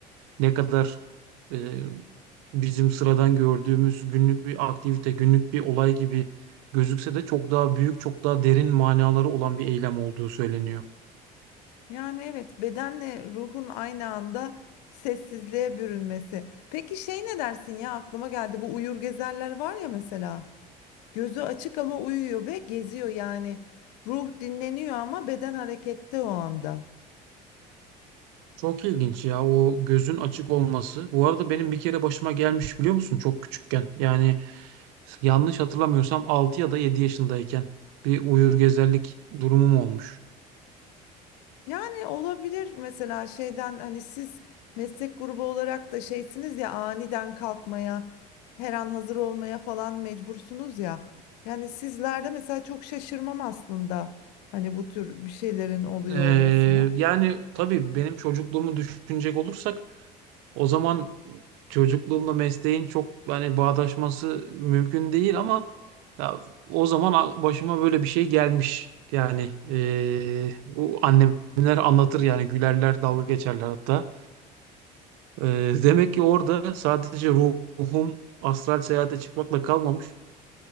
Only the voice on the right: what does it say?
ne kadar e, bizim sıradan gördüğümüz günlük bir aktivite, günlük bir olay gibi gözükse de çok daha büyük, çok daha derin manaları olan bir eylem olduğu söyleniyor.
Çok ilginç ya o gözün açık olması. Bu arada benim bir kere başıma gelmiş biliyor musun çok küçükken. Yani yanlış hatırlamıyorsam 6 ya da 7 yaşındayken bir uyur gezerlik durumum olmuş.
Ee,
yani tabii benim çocukluğumu düşünecek olursak o zaman çocukluğumla mesleğin çok hani bağdaşması mümkün değil ama ya, o zaman a- başıma böyle bir şey gelmiş. Yani ee, bu annemler anlatır yani gülerler dalga geçerler hatta. Ee, demek ki orada sadece ruhum astral seyahate çıkmakla kalmamış,